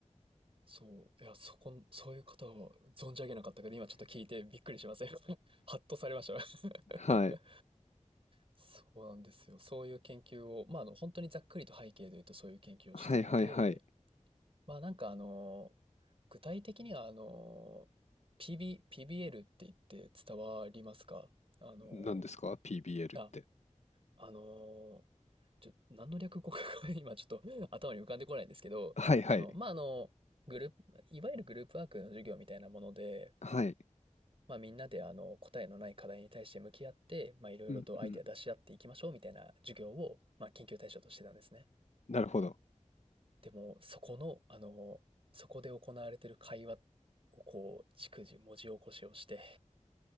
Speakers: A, on the right; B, on the left.
A: そう。いや、そこん、そういう方を存じ上げなかったけど、今ちょっと聞いてびっくりしません <laughs> ハッとされました <laughs>
B: はい。
A: そうなんですよ。そういう研究を、まあ、あの、本当にざっくりと背景で言うとそういう研究をしていて、
B: はいはいはい。
A: まあ、なんかあの、具体的にはあの、p ビ PBL って言って伝わりますかあの、
B: 何ですか ?PBL
A: あ、
B: って。
A: あの、ちょ、何の略語か <laughs> 今ちょっと頭に浮かんでこないんですけど、
B: はいはい。
A: あの、まあ、あの、グループ、いわゆるグループワークの授業みたいなもので、
B: はい。
A: まあ、みんなであの、答えのない課題に対して向き合って、まあ、いろいろとアイデア出し合っていきましょうみたいな授業を、
B: うんうん。
A: まあ、研究対象としてたんですね。
B: なるほど。
A: でも、そこの、あの、そこで行われている会話をこう、逐次文字起こしをして、